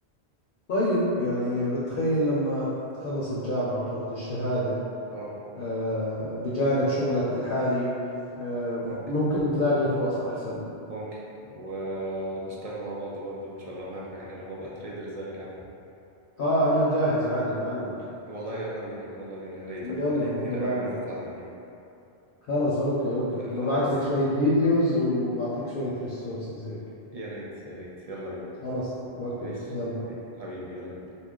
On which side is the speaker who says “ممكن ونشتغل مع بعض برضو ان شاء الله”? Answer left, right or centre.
Right